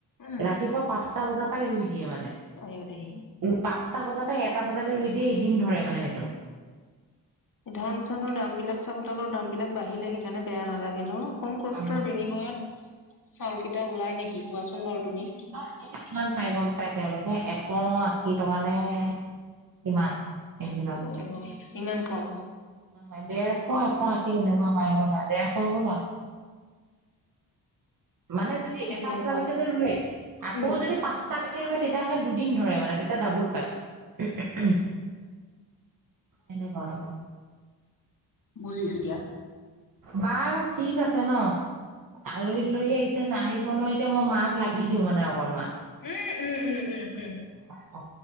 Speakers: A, on the left; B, on the right.
A: উম
B: ৰাতিপুৱা পাঁচটা বজাৰ পৰাই ৰুই দিয়ে মানে
A: আইও দেহি
B: পাঁচ পাঁচটা বজাৰ পৰা এটা বজালৈ ৰুই দিয়ে এদিন ধৰে মানে সেইটো।
A: ধান চানৰ দাম বিলাক চাউল তাউলৰ দাম বিলাক বাঢ়িলে সেইকাৰণে বেয়া নালাগে ন। কম কষ্টৰ
B: অ
A: বিনিময়ত চাউল কেইটা ওলাই নেকি কোৱাচোন
B: এতিয়া
A: বাৰু
B: ধৰক
A: তুমি
B: এদিনত সিহঁতি কিমান পাই গম পায়াই তেওঁলোকে এক শ আশী টকা নে কিমান এদিনত।
A: অ ইমান কম
B: অ ডেৰশ এশ আশী কেনেকোৱা পাই হবলা দেৰশ বোলা মানে যদি
A: চিন্তা
B: এটা বজালৈকে
A: কৰা
B: যে ৰুৱে আকৌ
A: উম
B: যদি পাঁচটালৈকে ৰোৱে তেতিয়া হ'লে দুদিন ধৰে মানে তেতিয়া ডাবুল পায় এনেকুৱা ৰদত
A: বুজিছো দিয়া
B: বাৰু ঠিক আছে ন আলহী দুলহী আহিছে আহিব ন এতিয়া মই মাক লাগি দিওঁ মানে অকণমান
A: উম উম উম উম উম
B: অ অ